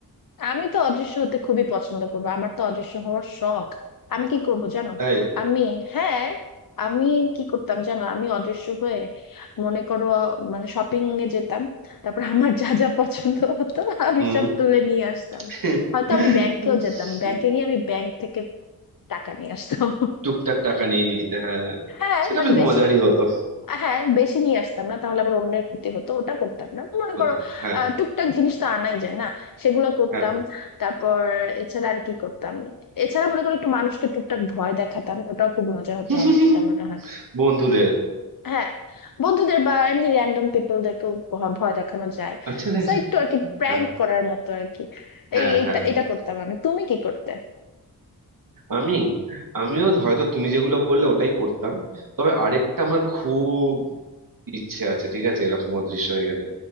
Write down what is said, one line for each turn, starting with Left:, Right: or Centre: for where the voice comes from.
Left: আমি তো অদৃশ্য হতে খুবই পছন্দ করবো আমার তো অদৃশ্য হওয়ার শখ আমি কি করব জানো
Right: তাই
Left: আমি হ্যাঁ আমি কি করতাম জানো আমি অদৃশ্য হয়ে মনে করো মানে শপিং এ যেতাম তারপর আমার যা যা পছন্দ হতো আমি
Right: হুম
Left: সব তুলে নিয়ে আসতাম
Right: <laughs>
Left: হয়তো আমি ব্যাংকেও যেতাম ব্যাংকে গিয়ে আমি ব্যাংক থেকে টাকা নিয়ে আসতাম
Right: টুকটাক টাকা নিয়ে নিতে হ্যাঁ
Left: হ্যাঁ
Right: সেটা
Left: মানে
Right: বেশ
Left: বেশি
Right: মজারই হতো
Left: হ্যাঁ বেশি নিয়ে আসতাম না তাহলে আবার অন্যের ক্ষতি হতো ওটা করতাম না মনে
Right: হতে
Left: করো
Right: হ্যাঁ
Left: আহ, টুকটাক জিনিস তো আনাই যায় না সেগুলো করতাম
Right: হ্যাঁ
Left: তারপর এছাড়া আর কি করতাম এছাড়া মনে করো একটু মানুষকে টুকটাক ভয় দেখাতাম ওটাও খুব মজা হতো
Right: <laughs>
Left: আমার যেটা মনে হয়
Right: বন্ধুদের
Left: হ্যাঁ বন্ধুদের বা এমনি র্যান্ডম পিপলদেরকেও ভ- ভয় দেখানো যায়
Right: আচ্ছা দেখো।
Left: তো একটু আর কি প্র্যাঙ্ক
Right: হ্যাঁ
Left: করার মতো আর কি
Right: হ্যাঁ
Left: এই এটা
Right: হ্যাঁ
Left: এটা করতাম আমি তুমি কি করতে
Right: আমি আমিও হয়তো তুমি যেগুলো বললে ওটাই করতাম তবে আরেকটা আমার খুব ইচ্ছে আছে ঠিক আছে এরকম অদৃশ্য হয়ে গেলে